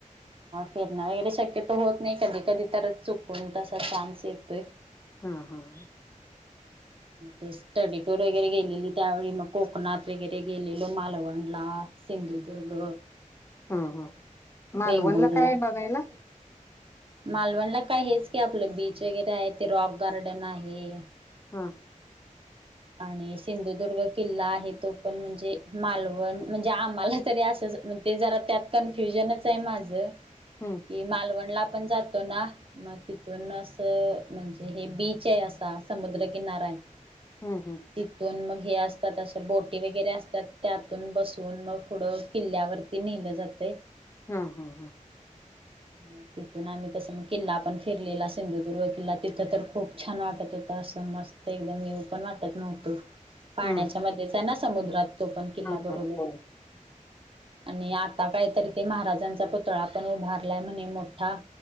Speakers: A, on the right (about 40°); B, on the left (about 20°).
A: फिरणं वगैरे शक्यत होत नाही. कधी कधी तर चुकून तसा चान्स येतोय.
B: हम्म हम्म.
A: ते स्टडीटूर वगैरे गेलेली. त्यावेळी मग कोकणात वगैरे गेलेलो. मालवणला. सिंधुदुर्ग.
B: हम्म हम्म. मालवणला
A: वेंगुर्ला
B: काये बघायला?
A: मालवणला काय हेच की आपलं बीच वगैरे आहे. ते रॉक गार्डन आहे.
B: हा.
A: आणि सिंधुदुर्ग किल्ला आहे तो पण. म्हणजे मालवण म्हणजे आम्हाला तरी असंच मग ते जरा त्यात कन्फ्युजनच आहे माझं.
B: हम्म.
A: की मालवणला आपण जातो ना. मग तिथून असं म्हणजे हे बीच आहे असा. समुद्र किनाराय.
B: हम्म हम्म.
A: तिथून मग हे असतात, अशा बोटी वगैरे असतात, त्यातून बसून मग पुढं किल्ल्यावर- ती नेल जातय.
B: हा हा, हा.
A: मग तिथून आम्ही तसं, मग किल्ला पण फिरलेला सिंधुदुर्ग किल्ला तिथं तर खूप छान वाटत होत असं मस्त. एकदम येऊ पण वाटत नव्हत. पाण्याच्या
B: हम्म
A: मध्येच ना समुद्रात. ते पण किल्लाबरोबर.
B: हा हा हो
A: आणि आता काहीतरी ते महाराजांचा पुतळा पण उभारलाय म्हणे मोठा.